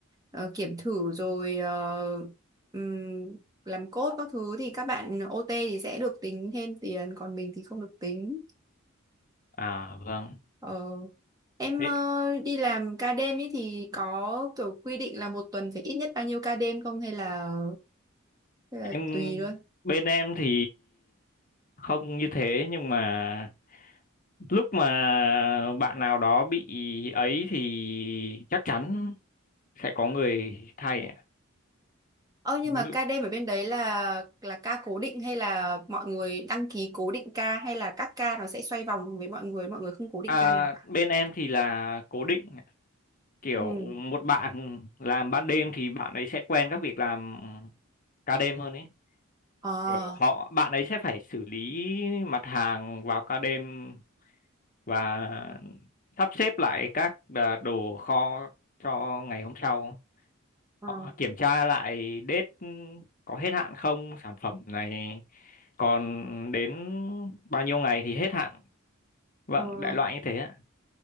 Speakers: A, on the right; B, on the left.
A: ờ, kiểm thử rồi ờ, ừm, làm code các thứ thì các bạn OT thì sẽ được tính thêm tiền còn mình thì không được tính.
B: à vâng.
A: Ờ. Em
B: Thế
A: ờ, đi làm ca đêm ấy thì có kiểu quy định là một tuần phải ít nhất bao nhiêu ca đêm không hay là, hay là
B: em
A: tùy luôn.
B: bên em thì không như thế nhưng mà lúc mà bạn nào đó bị ấy thì chắc chắn sẽ có người thay ạ.
A: Ơ nhưng
B: Ví
A: mà
B: dụ-
A: ca đêm ở bên đấy là là ca cố định hay là mọi người đăng ký cố định ca hay là các ca nó sẽ xoay vòng với mọi người, mọi người không cố định
B: À,
A: ca nào cả.
B: bên em thì là cố định kiểu
A: Ừ.
B: một bạn làm ban đêm thì bạn ấy sẽ quen các việc làm ca đêm hơn ấy
A: Ờ.
B: kiểu họ bạn ấy sẽ phải xử lý mặt hàng vào ca đêm và sắp xếp lại các à, đồ kho cho ngày hôm sau
A: Ờ.
B: họ kiểm tra lại date có hết hạn không sản phẩm này còn đến bao nhiêu ngày thì hết hạn vâng
A: Ờ.
B: đại loại như thế ạ